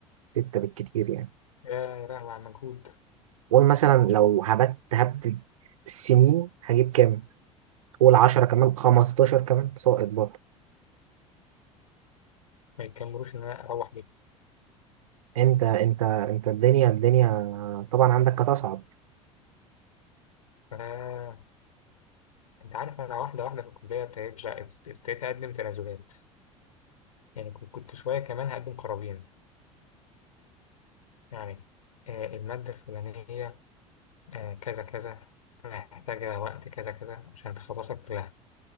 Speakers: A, on the right; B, on the left.
A: ستة بالكتير يعني
B: يا لهوي على المجهود
A: قول مثلا لو هبت هبت سنين هجيب كام؟ قول 10 كمان 15 كمان ساقط برضه
B: ما يتكملوش إن أنا أروح
A: انت انت انت الدنيا الدنيا طبعا عندك هتصعب
B: بيه انت عارف انا واحده واحده في الكليه ابتديت بقى ابتديت اقدم تنازلات يعني كنت كنت شويه كمان هقدم قرابين يعني آه، الماده الفلانيه آه، كذا كذا محتاجه وقت كذا كذا عشان تخلصها كلها